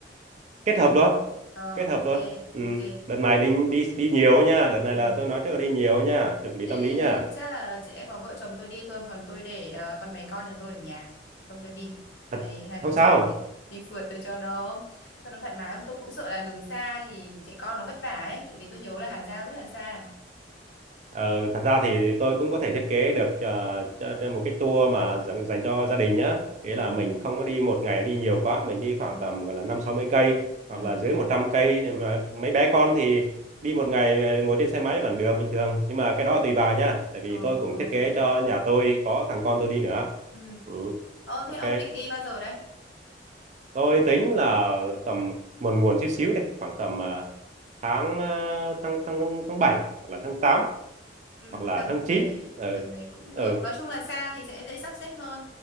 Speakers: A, on the right (about 40°); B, on the left (about 80°).
A: kết hợp luôn
B: Ờ,
A: kết hợp
B: ok,
A: luôn ừ.
B: ok.
A: đợt này định đi đi nhiều nha đợt này
B: Ừ.
A: là tôi nói trước là đi nhiều nha chuẩn bị
B: Thế
A: tâm lý nha
B: chắc là sẽ có vợ chồng tôi đi thôi còn tôi để ờ, con bé con nhà tôi ở nhà không cho đi Đây,
A: thật
B: hai vợ
A: không sao
B: chồng thì đi phượt tôi cho nó cho nó thoải mái tôi cũng sợ là đường xa thì trẻ con nó vất vả ấy tại vì tôi nhớ là Hà Giang rất là xa
A: ờ, thật ra thì tôi cũng có thể thiết kế được ờ, cho, cho một cái tour mà dành, dành cho gia đình nhá nghĩa
B: ừ
A: là mình không có đi một ngày đi nhiều quá mình đi khoảng
B: ừ
A: tầm gọi là năm sáu mươi cây
B: ừ
A: hoặc là dưới một trăm cây để mà mấy bé con thì đi một ngày ờ, ngồi trên xe máy vẫn được bình thường nhưng mà cái đó là tùy bà nha tại vì
B: ờ
A: tôi cũng
B: ờ
A: thiết kế cho nhà tôi có thằng con tôi đi nữa
B: ừ
A: ừ,
B: ờ
A: ok
B: thế ông định đi bao giờ đấy
A: tôi tính là tầm muộn muộn chút xíu đi khoảng tầm ờ, tháng ờ, tháng tháng tháng tháng bảy hoặc là tháng tám
B: ừ
A: hoặc là
B: tầm
A: tháng chín
B: đấy
A: ừ
B: tầm đấy cũng
A: ừ
B: được nói chung là xa thì sẽ dễ sắp xếp hơn